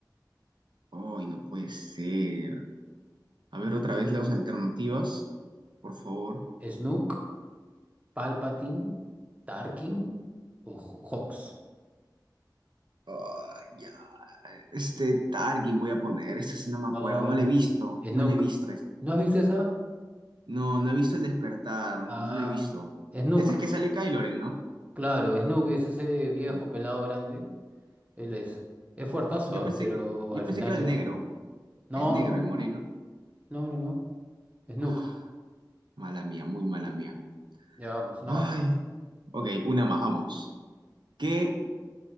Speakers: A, on the right; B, on the right.
A: Ay, no puede ser. A ver otra vez las alternativas, por favor.
B: ¿Snook, Palpatine, Tarkin o Ho- Hawks?
A: Ay, ya. Este Tarkin voy a poner, esta sí no me acuerdo,
B: Oh,
A: no le he visto,
B: Snook.
A: no le he visto.
B: ¿No has visto esa?
A: No, no he visto el despertar, no,
B: Ah,
A: no lo he visto.
B: Snook.
A: Ese es que sale Kylo Ren, ¿no?
B: Claro, Snook es ese viejo
A: Ah.
B: pelado grande. Él es. Es fuertazo,
A: Yo pensé,
B: ¿eh? Pero
A: yo
B: al
A: pensé
B: final
A: que era
B: le
A: el
B: gana.
A: negro,
B: No,
A: el negro,
B: no, no.
A: el moreno.
B: No, no, no. Snook.
A: Ah, mala mía, muy mala mía.
B: Ya vamos, una
A: Ay,
B: más.
A: ok, una más, vamos. ¿Qué,